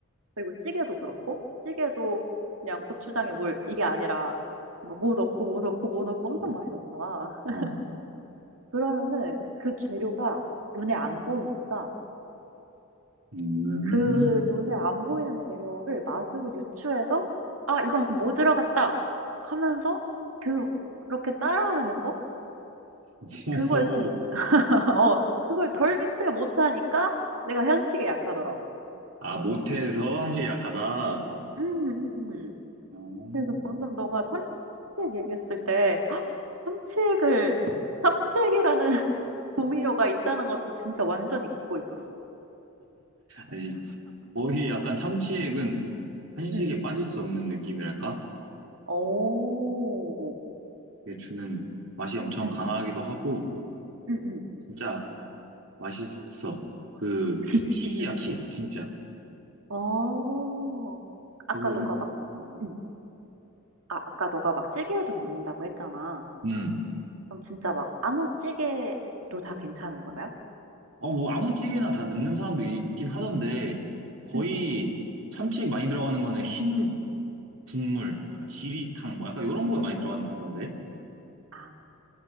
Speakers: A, on the right (about 80°); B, on the right (about 65°).
A: 그리고 찌개도 그렇고, 찌개도 그냥 고추장에 물, 이게 아니라 막 뭐 넣고 뭐 넣고 뭐 넣고 엄청
B: 어,
A: 많이 넣잖아. <laughs>
B: 어.
A: 그러면은 그 재료가 눈에 안 보이니까
B: 음,
A: 그 눈에 안 보이는 재료를 맛으로 유추해서 아, 이건 뭐 들어갔다 하면서 그, 그렇게 따라하는 거?
B: <laughs>
A: 그걸
B: 호호.
A: 진짜, <laughs> 어, 그걸 절대 못하니까 내가 현식에 약하더라고.
B: 아, 못해서 한식이 약하다.
A: 음, 음, 음.
B: 음.
A: 그래서 방금 너가 삼치액 얘기했을 때 헉, 삼치액을 삼치액이라는 <laughs> 조미료가 있다는 것도 진짜 완전 잊고 있었어.
B: 아니, 거의 약간 참치액은 한식에
A: 응.
B: 빠질 수 없는 느낌이랄까?
A: 오.
B: 이게 주는 맛이 엄청
A: 응,
B: 강하기도 하고,
A: 응, 응.
B: 진짜 맛있어. 그,
A: <laughs>
B: 킥이야,
A: 응.
B: 킥, 진짜.
A: 어. 아까
B: 그래서,
A: 너가 막
B: 음,
A: 응. 아, 아까 너가 막 찌개에도 넣는다고 했잖아.
B: 음.
A: 그럼 진짜 막 아무 찌개도 다 괜찮은 거야?
B: 어, 뭐, 아무 찌개나 다 넣는 사람도 있긴 하던데, 거의
A: 응.
B: 참치액 많이 들어가는 거는 흰 국물, 약간 지리탕, 뭐, 약간 이런 거에 많이 들어가는 것 같던데.
A: 아,